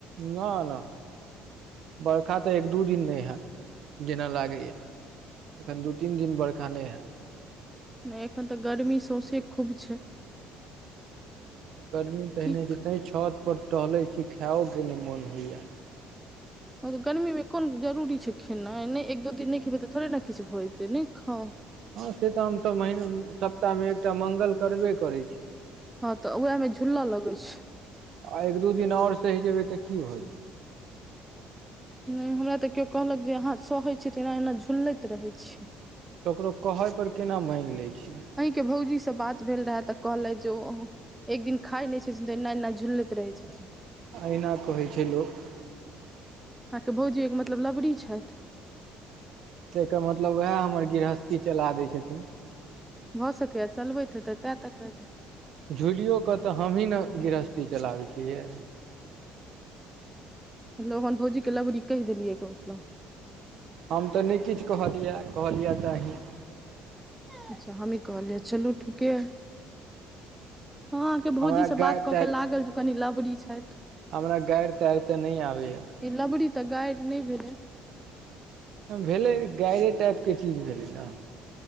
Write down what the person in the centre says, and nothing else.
नहि एखन तऽ गर्मी सौंसे खूब छै
की
ह गरमीमे <unintelligible> कोन जरूरी छै खेनाई नहि एक दू दिन नहि खेबै तऽ थोड़े ने किछु भऽ जेतै नहि खाउ
हँ तऽ उमे झुल लगै छै
नहि हमरा तऽ केओ कहलक जे अहाँ सहै छै तऽ एना एना झुललैत रहै छिऐ
अहींके भौजी से बात भेल रहै तऽ कहलथि जेओ एक दिन खाई नहि छथिन तऽ एना एना झुलैत रहै छथिन्ह
अहाँके भौजी एक मतलब लबड़ी छथि
भऽ सकैए चलबैत हे तऽ ता तक कहैत छै
मतलब ओहन फोजी के लवरी कहि देलए एक गोप मे
अच्छा हमी कहलिय चलू ठीके आइए हाँ अहाँ के भौजी
सँ बात
कऽ के लागल जे कनि रबड़ी छैथ
ई लबड़ी तऽ गाइर नहि भेलै